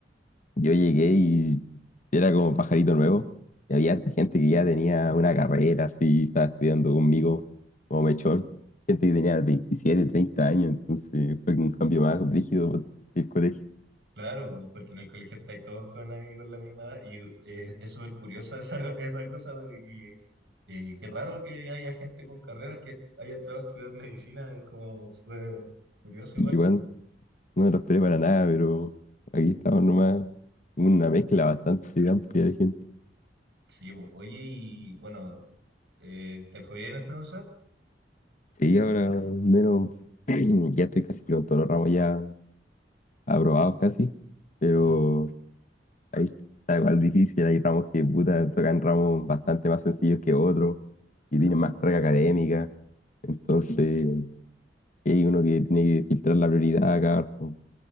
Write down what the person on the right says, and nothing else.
Claro, po, porque en el colegio estáis todos con la, con la misma edad y eh, es súper curiosa esa, <laughs> esa cosa de que eh, qué raro que haya gente con carreras que haya entrado a estudiar medicina, es como súper curioso igual.
Sí, po. Oye, y bueno, eh, ¿te fue bien el primer semestre?
Ya,